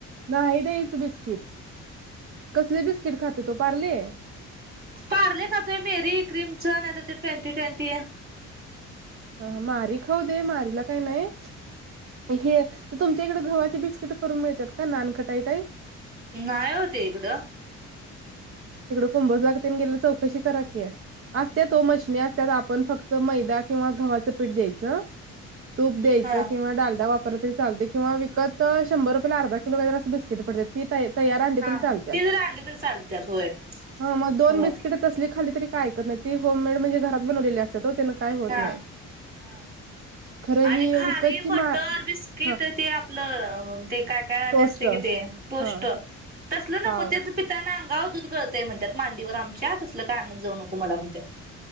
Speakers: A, on the right; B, on the right.
A: नाही द्यायचं बिस्किट. कसली बिस्किट खाते तो पारले?
B: पारले खातोय मेरी क्रिमच नाही तर ते ट्वेंटी ट्वेंटी
A: हा मारी खाऊ दे मारीला काय नाही. हे ते तुमच्या इकडें गव्हाची बिस्किट करून मिळतात का नानकटाई टाईप
B: नाही ओ ते इकडं.
A: कुंबोजलाग गेली चौकशी करा कि असतेत ओ मशनी असतात आपण फक्त मैदा किंवा गव्हाचं पीठ द्यायचं तूप द्यायचं
B: हा
A: किंवा डालडा वापर दिल तरी चालते किंवा विकत शंभर रुपयाला अर्धा किलो काय तर असं बिस्कीट पडते ती तैयार आणले
B: हा
A: तरी चालते
B: हा ते जर आणले तर चालत्यात होय.
A: हा मग दोन
B: होय
A: बिस्कीट तसले खाली तरी काय ऐकत नाही ती होमेड म्हणजे घरात बनवलेली असतात ओ ते ना काय होत
B: हा
A: नाही.
B: हा.
A: खरं
B: आणि
A: ही
B: खारीे
A: विकतची
B: बटर
A: मा
B: बिस्किट
A: हा
B: ते आपलं ते काय काय आणि
A: टोस्ट
B: असते कि ते टोस्ट
A: हा
B: तसलं
A: पाव
B: नको ते पिताना गाव दूध गळतंय म्हणतात मांडीवर आमच्या तसलं काय आणत जाऊ नको मला म्हणतात